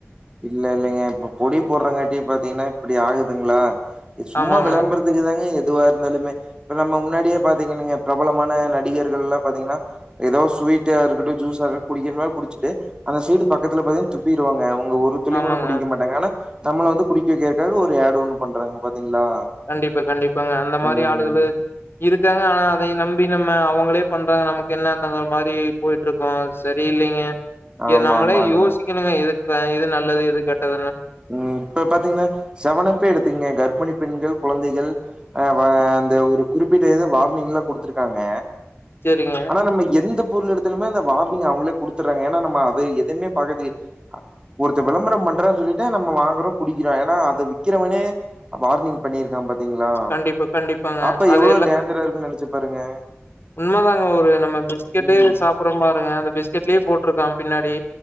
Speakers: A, on the right; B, on the left.
A: இல்ல இல்லைங்க இப்ப பொடி போடுறங் காட்டி பாத்தீங்கன்னா இப்டி ஆகுதுங்களா சும்மா
B: ஆமாங்க
A: வெளம்பரத் க்குதாங்க எதுவா இருந்தாலுமே இப்ப நம்ம முன்னாடியே பாத்தீங்கின்னீங்க பிரபலமான நடிகர்கள் எல்லா பாத்தீங்ன்னா ஏதோ ஸ்வீட்டா இருக்கட்டு ஜூஸா இருக்கட்டு குடிக்கிறன குடிச்சுட்டு அந்த சைடு பக்கத்துல பாத்தா துப்பிடுவாங்க அவுங்க ஊர் ஒத் துளி
B: ஆமாங்க
A: கூட குடிக்க மாட்டாங்க ஆனா நம்மள வந்து குடிக்க வைக்கிறதுக்காக ஒரு ஏடு ஒண்ணு பண்றாங்க பாத்தீங்களா
B: கண்டிப்பா கண்டிப்பாங்க அந்த மாரி
A: ம்
B: ஆளுகளு இருக்காங்க ஆனா அதையு நம்பி நம்ம அவுங்களே பண்றாங்க நமக்கு என்னந்தங்கிற மாரி போயிட்டு இருக்கோ சரில்லைங்க இத
A: ஆமா
B: நம்மளே
A: ஆமாங்க
B: யோசிக்கணுங்க எது ப்ப நல்லது எது கெட்டதுன்னு
A: ம் இப்ப பாத்தீங்ன்னா செவனப்பே எடுத்துக்குங்க கர்ப்பிணி பெண்கள் கொழந்தைகள் அ இப்ப அந்த ஒரு குறிப்பிட்ட ஏதோ வார்னிங்லா குடுத்துருக்காங்க
B: சேரிங்க
A: ஆனா நம்ம எந்த பொருள் எடுத்தாலுமே அந்த வார்னிங் அவங்களே குடுத்துடுறாங்க ஏன்னா நம்ம அது எதையுமே பாக்குறது ஒருத்த விளம்பர பண்றா சொல்லிதா நம்ம வாங்குறோ குடிக்கிறாங்க ஏன்னா அத விக்கிறவனே பார்கிங் பண்ணியிருக்கா பாத்தீங்களா
B: கண்டிப்பா கண்டிப்பாங்க
A: அப்ப
B: அது
A: எவ்ளோ டேஞ்சரா இருக்குன் நெனச்சு பாருங்க
B: உண்ம தாங்க ஒரு நம்ம பிஸ்கெட்டே
A: ம்
B: சாப் அப்புறம் பாருங்க அந்த பிஸ்கெட்லயே போட்டுருக்கா பின்னாடி